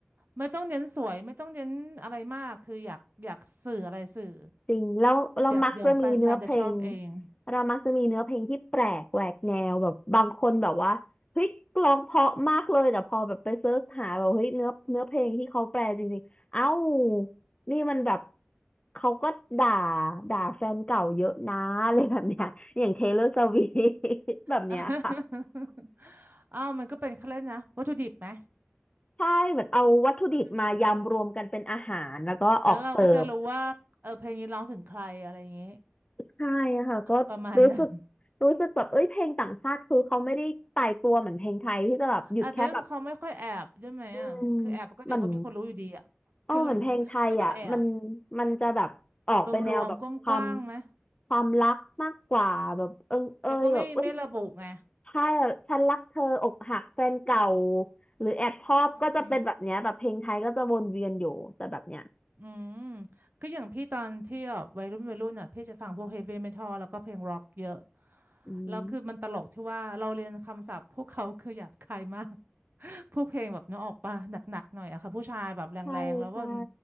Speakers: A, on the right; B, on the left.
A: ไม่ต้องเน้นสวยไม่ต้องเน้นอะไรมากคืออยากอยากสื่ออะไรสื่อ
B: จริงแล้วเรามักจะมีเนื้อเพลง
A: เดี๋ยวเดี๋ยวแฟนแฟนจะชอบเอง
B: เรามักจะมีเนื้อเพลงที่แปลกแหวกแนวแบบบางคนแบบว่าเฮ้ยร้องเพราะมากเลยแต่พอแบบไปเซิร์ชหาแบบเฮ้ยเนื้อเนื้อเพลงที่เขาแปลจริงๆเอ้านี่มันแบบเขาก็ด่าด่าแฟนเก่าเยอะนะ <laughs> อะไรแบบเนี้ยอย่างเทเลอร์สวิฟแบบเนี้ยค่ะ
A: <laughs> อ้าวมันก็เป็นเขาเล่นนะวัตถุดิบไหม
B: ใช่เหมือนเอาวัตถุดิบมายำรวมกันเป็นอาหารแล้วก็ออกเสิร์ฟ
A: วัตถุดิบแล้วเราก็จะรู้ว่าเออเพลงนี้ร้องถึงใครอะไรอย่างงี้
B: ใช่ค่ะก็รู้สึก
A: ประมาณนั้น
B: รู้สึกแบบเอ้ยเพลงต่างชาติคือเขาไม่ได้ตายตัวเหมือนเพลงไทยที่จะแบบหยุดแค่แบบ
A: อ่ะเดี๋ยวเขาไม่ค่อยแอบใช่ไหมอ่ะคือแอบก็เดี๋ยวก็มีคนรู้อยู่ดีอ่ะ
B: อืมเหมือน
A: <laughs>
B: เออเหมือนเพลงไทยอ่ะมัน
A: ก็เลยไม่ต้องแอบ
B: มันจะแบบออกไปแนวแบบความ
A: รวมๆกว้างๆไหม
B: ความรักมากกว่าแบบเอิงเอยแบบเอ้ย
A: แล้วก็ไม่ไม่ระบุไง
B: ใช่อะฉันรักเธออกหักแฟนเก่าหรือแอบชอบก็จะเป็นแบบเนี้ยแบบเพลงไทยก็จะวนเวียนอยู่แต่แบบเนี้ย
A: อืม อืม ก็อย่างพี่ตอนที่แบบวัยรุ่นวัยรุ่นอ่ะพี่จะฟังพวกเฮฟวี่เมทัลแล้วก็เพลงร็อกเยอะ
B: อืม
A: แล้วคือมันตลกที่ว่าเราเรียนคำศัพท์พวกเขาคือหยาบคายมาก <laughs> พวกเพลงแบบนึกออกปะหนักๆหน่อยอะค่ะผู้ชายแบบแรงๆแล้วมัน
B: ใช่ใช่